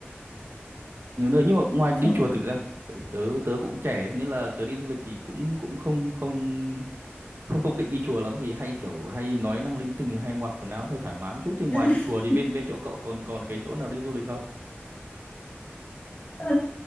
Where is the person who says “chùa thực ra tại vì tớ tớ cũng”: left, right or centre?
Right